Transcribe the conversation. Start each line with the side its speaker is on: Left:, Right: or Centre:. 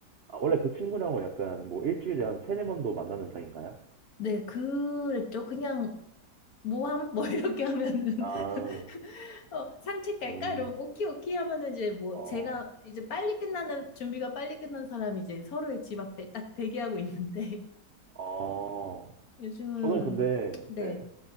Right: 아, 원래 그 친구랑은 약간 뭐 일주일에 한 세네 번도 만나는 사이인가요?
Left: 네, 그랬죠. 그냥 모함 뭐 이렇게 하면은 <laughs>
Right: 아,
Left: 어, 산책 갈까?
Right: 음,
Left: 이러면 오키 오키 하면은 이제 뭐
Right: 어,
Left: 제가 이제 빨리 끝나는 준비가 빨리 끝난 사람이 이제 서로의 집 앞에 딱 대기하고 있는데 <laughs>
Right: 어.
Left: 요즘은
Right: 저는 근데,
Left: 네.
Right: 네.